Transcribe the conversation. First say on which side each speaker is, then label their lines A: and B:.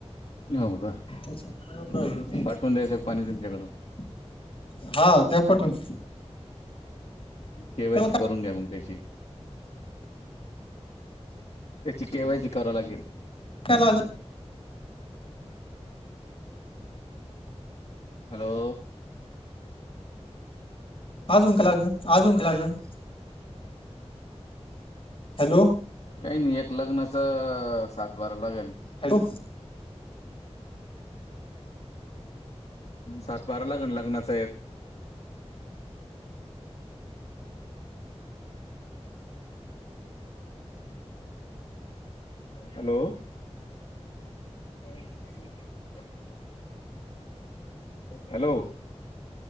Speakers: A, on the left; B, on the left.
A: हो का
B: <inaudible> <unintelligible>
A: पाठवून द्यायचं पाणी तुमच्याकडून.
B: हा द्या पाठून.
A: के वाय
B: काय
A: सी करून घ्या मंग त्याची. त्याची के वाय सी करावं लागेल.
B: काय लागतं
A: हॅलो
B: आजूक लागन, आजूक लागन हॅलो
A: काही नाही एक लग्नाचं सात बारा लागण
B: हॅलो
A: सात बारा लागण लग्नाचा एक हॅलो <unintelligible> हॅलो